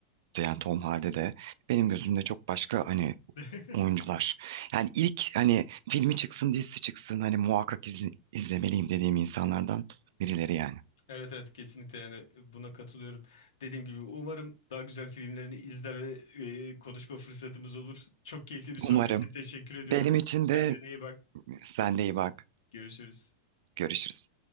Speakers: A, on the right; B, on the left.
A: de yani Tom Hardy de benim gözümde çok başka hani
B: <laughs>
A: oyuncular. Yani ilk hani filmi çıksın dizisi çıksın hani muhakkak izle- izlemeliyim dediğim insanlardan birileri yani.
B: Evet evet kesinlikle yani buna katılıyorum. Dediğim gibi umarım daha güzel filmlerini izler ve e, konuşma fırsatımız olur. Çok keyifli bir sohbetti.
A: Umarım.
B: Teşekkür ediyorum.
A: Benim için de
B: Kendine iyi bak.
A: sen de iyi bak.
B: Görüşürüz.
A: Görüşürüz.